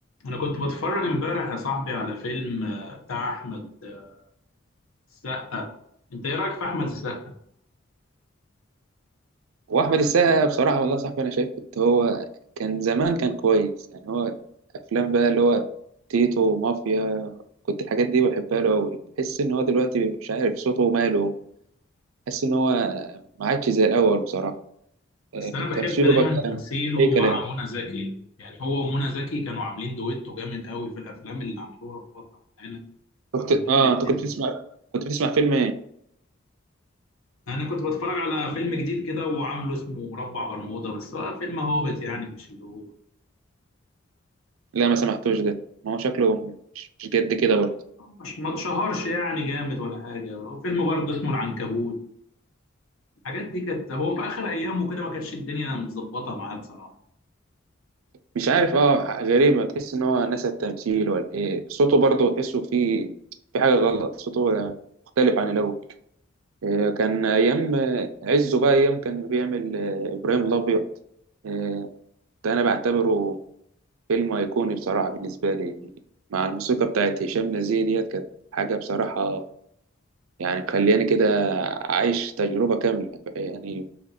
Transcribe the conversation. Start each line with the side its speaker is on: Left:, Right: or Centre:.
Left: انا كنت بتفرج امبارح يا صاحبي على فيلم آه، بتاع احمد آه، السقا انت ايه رايك في احمد السقا
Right: واحمد السقا بصراحه والله يا صاحبي انا شايف كنت هو كان زمان كان كويس يعني هو افلام بقى اللي هو تيتو ومافيا كنت الحاجات دي بحبها له قوي بحس ان هو دلوقتي مش عارف صوته وماله بحس ان هو ما عادش زي الاول بصراحه آه،
Left: بس انا بحب
Right: تمثيله
Left: دايما
Right: بقى
Left: تمثيله
Right: اي
Left: مع
Right: كلام
Left: منى زكي يعني هو ومنى زكي كانوا عاملين دويتو جامد قوي في الافلام اللي عملوها في فتره معينه
Right: كنت
Left: كانوا هما
Right: اه
Left: الاثنين
Right: انت كنت بتسمع كنت بتسمع فيلم ايه
Left: انا كنت بتفرج على فيلم جديد كده وعامله اسمه مربع برمودا بس هو فيلم هابط يعني مش اللي هو
Right: لا ما سمعتوش ده ما هو شكله مش مش جد كده برضه
Left: مش ما اتشهرش يعني جامد ولا حاجه وفيلم برضه اسمه العنكبوت الحاجات دي كانت هو في اخر ايامه كده ما كانتش الدنيا مظبطه معاه بصراحه
Right: مش عارف اه غريبة تحس ان هو نسى التمثيل ولا ايه صوته برضه تحسه فيه في حاجة غلط صوته مختلف عن الاول آه، كان ايام آه، عزه بقى ايام كان بيعمل آه، ابراهيم الابيض آه، ده انا بعتبره فيلم ايقوني بصراحة بالنسبة لي مع الموسيقى بتاعت هشام نزيه ديت كانت حاجة بصراحة يعني مخلياني كده عايش تجربة كاملة يعني